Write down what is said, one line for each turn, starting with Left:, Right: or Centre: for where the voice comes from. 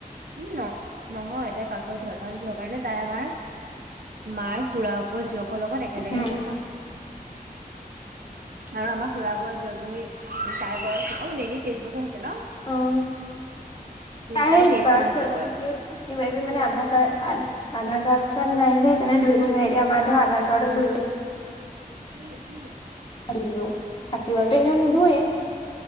Right: উম, ন' নহয়, তাই পাঁচত হয়। কাৰণ, কিহৰ কাৰণে, তাই আমাৰ মাৰ খুড়াকৰ জীয়েকৰ লগত একেলগে
Left: উম
Right: পঢ়া। আৰু আমাৰ খুড়াকৰ যিজনী তাই বয়স। অ'! নেনি তেইছ বছৰ হৈছে ন'?
Left: অ'! তাইৰ
Right: তাই তেইশ
Left: বাৰ্থ
Right: মান হৈছে
Left: চাৰ্টিফিকেট
Right: বয়স।
Left: কিবা-কিবি মানে, আধাৰ কাৰ্ড আধাৰ কাৰ্ড- চাৰ্ড নাই যে, সেইকাৰণে ধৰিব নোৱাৰে। এতিয়া, আমাৰ ধৰ, আধাৰ কাৰ্ডত ধৰিছে।
Right: কি, কি?
Left: <unintelligible> দিলোঁ। <unintelligible> এনেও নিদোৱে।